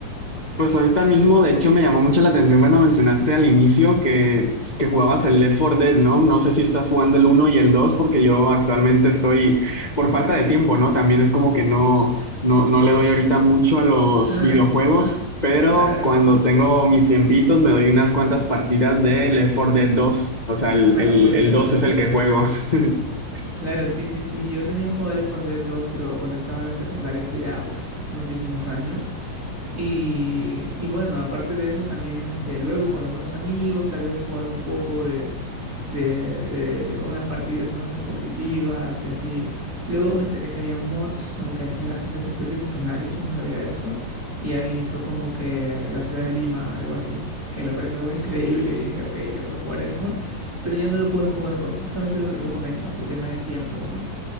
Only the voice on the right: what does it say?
<laughs>
Claro.
Ah,
buenísimo.
Claro, sí, sí, sí. Yo también jugaba Left 4 Dead 2, pero cuando estaba en la secundaria hace ya uf, muchísimos años. Y, y bueno, aparte de eso, también este, luego con algunos amigos, tal vez jugar un poco de, de, de unas partidas, ¿no? Este, competitivas y así. Luego me enteré que habían mods como que hacían la gente sus propios escenarios, yo no sabía eso. Y alguien hizo como que la ciudad de Lima, algo así, que me pareció algo <laughs> increíble y dije, ok, tengo que jugar eso. Pero ya no lo pueden jugar por justamente lo que tú comentas, el tema de tiempo, ¿no?